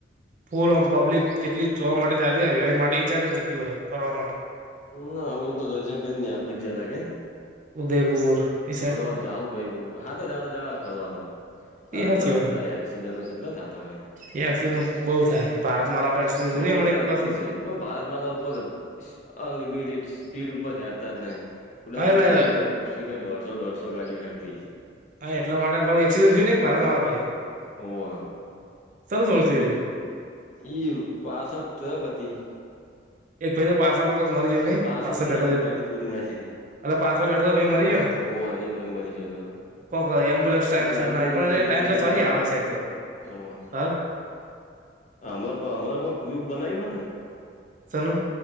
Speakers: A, on the right; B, on the left.
A: ફૂલ ઓન પબ્લિક કેટલી જોવા માટે જતી હરિયાળી માટે એ જટી જતી હોય ફરવા માટે.
B: ના અમે તો દર્શન કરીને નયા પોચયા તા કેમ.
A: ઉદયપુર. એ સાઈડ
B: ફરવા જાવું પહિહુ હાથે ચાલતે જાવાય ફરવા તો. હ
A: એ
B: અતાર
A: હાચી
B: તો
A: વાત
B: બુડા
A: હે.
B: એક્સિડેનો જેટલો થાતા હોય.
A: એ એક્સિડન્ટ બહુ થાય ભારત મા આપણા એક્સિડન્ટ હમણાં
B: બઉ એટલે
A: બસ.
B: પણ ભારત માલા ઉપર અનલિમિટેડ સ્પીડ ઉપર હેરતા જ નહી. ઉદતું
A: હા એટલે
B: જોયું ને તો શીખ દોઢસો દોઢસો ગાડીઓ હેરતી હશે
A: હા એટલે માટે પડ એસડન્ટ થયું ભારત મા પાય.
B: હોવા.
A: ચાલુ સૌથી રહ્યો
B: ઈ પાછળ ટ્રક હતી.
A: એક પહેલે પાછળ પાચ સા લોકો મરી જયો નહી
B: પાછળથી
A: પાછળ બેઠો
B: આખી
A: છે.
B: ગાડી તોડી નાખી હતી.
A: એ પાછળ બેઠો ભાઈ મરી
B: પાસ
A: ગયો ને.
B: હોવે એ ભાઈ મરી ગયો તો
A: કોક એમ્બુલન્સ ટાઈમ
B: એટલે
A: સર ન
B: એમ્બ્યુલન્સ
A: આઇ પણ
B: જે
A: ટાઈમ સર
B: લેટ
A: તો થોડી
B: આવી
A: આવે
B: ને
A: છે અક તો.
B: હોવે.
A: હા
B: હમણાં પણ હમણાં કોઈ ગ્રુપ બનાવ્યું હેને.
A: શેનું